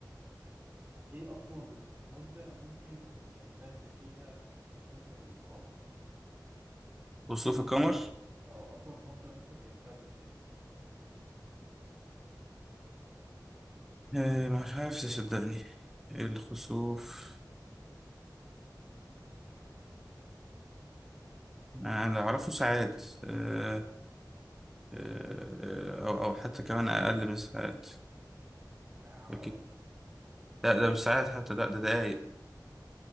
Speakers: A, on the right (about 25°); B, in the centre.
A: ايه اطول مدة ممكن يمتد فيها خسوف القمر
B: خسوف القمر
A: أو اطول مدة ممكن يمتد فيها
B: آه، مش عارف تصدقني الخسوف انا اعرفه ساعات آه، آه، او او حتى كمان اقل من ساعات
A: ساعات
B: اكيد لا ده مش ساعات حتى لا ده دقايق